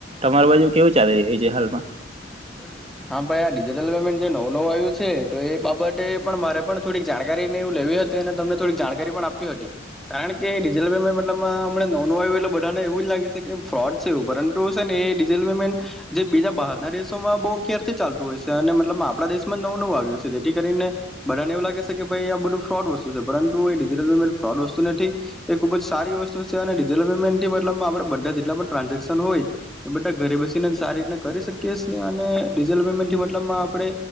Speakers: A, on the right; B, in the centre.
A: તમારા બાજુ કેવું ચાલી રહ્યું છે? જે હાલમાં
B: બ <unintelligible> હા ભાઈ, આ ડિજિટલ પેમેન્ટ જે નવું નવું આવ્યું છે તો એ બાબતે પણ મારે પણ થોડીક જાણકારીને એવું લેવી હતી અને તમને થોડીક જાણકારી પણ આપી હતી. કારણ કે ડિજિટલ પેમેન્ટ મતલબમાં અમને નવું નવું આવ્યું એટલે બધાને એવું જ લાગે છે કે ફ્રોડ છે, એવું પરંતુ સર ને એ ડિજિટલ પેમેન્ટ જે બીજા બહાર નરેશ. માં બહુ ખેરથી ચાલતું હોય છે અને મતલબ. આપણા દેશમાં નવો નવું આવ્યું છે, જેથી કરીને બધાને એવું લાગે છે કે ભાઈ આ બધું ફ્રોડ વસ્તુ છે, પરંતુ એ ડિજિટલ પેમેન્ટ ફ્રોડ વસ્તુ નથી. એ ખુબ જ સારી વસ્તુ છે અને ડિજિટલ પેમેન્ટથી મતલબ આપણેે બધા જેટલા પણ ટ્રાન્ઝેક્શન હોય એ બધા ઘરે બેસીને સારી રીતના કરી શકીએ. કેશ અને ડિજિટલ પેમેન્ટ મતલબમાં આપણે